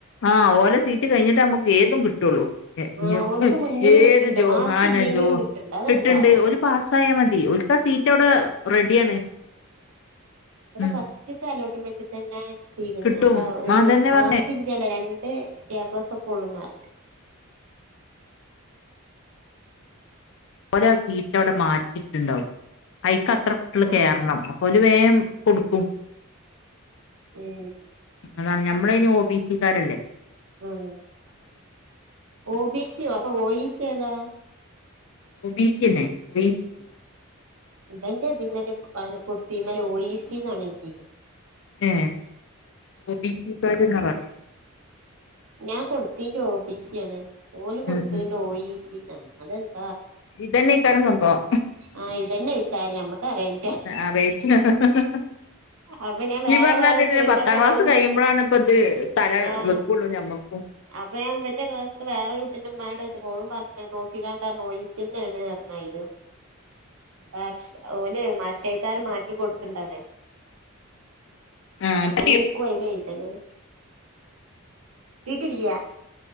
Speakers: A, on the left (about 55°); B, on the right (about 75°).
A: ആഹ് ഓലെ സീറ്റ് കഴിഞ്ഞിട്ട് നമ്മുക്ക് ഏതും കിട്ടൊള്ളൂ. <unintelligible>
B: ആഹ് ഓൽക്ക് മുന്നില്
A: ഏത്
B: കിട്ട്ണ്ട്
A: ജോ
B: മാർക്ക്
A: ഹാന
B: ഇല്ലെങ്കിലും
A: ജോ
B: കിട്ട്ണ്ട് അതെന്താവോ
A: കിട്ട്ണ്ട് ഒല് പാസ്സായാൽ മതി ഇക്കാ സീറ്റവടെ റെഡിയാണ്.
B: വടെ
A: ഉം
B: ഫസ്റ്റ്ത്തെ <unintelligible> <unintelligible> തന്നെ <unintelligible>
A: കിട്ടും
B: അപ്പൊ ഒരു
A: അതന്നെ
B: മാർക്ക്യല്ലേ
A: പറഞ്ഞേ
B: രണ്ട് കെ എ പ്ലസ് ഒക്കെ ഉള്ളൂ <unintelligible> <inaudible>
A: ഓലആ സീറ്റ് അവിടെ മാറ്റിട്ടുണ്ടാവും അയിക്ക് അത്ര കുട്ടികള്
B: ഉം
A: കേയറണം അപ്പ ഒരു വേം. കൊടുക്കും.
B: ഉം
A: അതാണ് ഞമ്മള ഇന് ഒ ബി സിക്കാരല്ലേ.
B: ഉം, ഓ ബി സോ അപ്പൊ ഓ ഇ സി ഏതാ
A: <unintelligible> ബി സി അല്ലെ <unintelligible>
B: <unintelligible> ഇതിമ്മൽ അല്ല <unintelligible> ഓ എ സി ന്ന് ആണ് <unintelligible>
A: ഏ ഒബിസി <unintelligible>
B: ഞാൻ <unintelligible> ഓബിസി ആണ്. ഓല കൊടുത്തണ്ട്
A: ഉം
B: ഓ ഇ സി ന്ന് <unintelligible>
A: ഇതന്നെ ഈ <unintelligible> ആ
B: ആഹ് ഇതന്നെ ഇക്കാര്യം നമ്മക്ക് അറിയാഞ്ഞിട്ടാ
A: അറിയിച്ച അഹഹഹ
B: അപ്പൊ ഞാൻ വേറൊരാളോട്
A: ഈ പറഞ്ഞതിന്
B: ചോദിച്ചപ്പോ
A: പത്താം ക്ലാസ്
B: ഓളും
A: കഴിയുമ്പോളാണ്
B: പറഞ്ഞ്
A: ഇപ്പ ഇത് തല
B: ആഹ്
A: വെക്കുള്ളു ഞമ്മക്കും.
B: അപ്പൊ ഞാൻ വന്റെ ക്ലാസ്സത്തെ വേറെ <unintelligible> ന്ട്ടന്റെമ്മാനോട് ചോയ്ച്ചപ്പോ ഓളും പറഞ്ഞ നോക്കിങ്ങാണ്ട് <unintelligible> ഒഇസി ന്നെണ് <unintelligible> ആയിലും ഭാക്ഷ ഓലെ മാച്ചയക്കാര് <unintelligible> കൊടുക്കണ്ടാണ്
A: ആഹ്
B: അങ്ങനെക്കുവയിലൽ
A: കിട്ടിയോ
B: എയ്തൽ കിട്ടിട്ടില്യ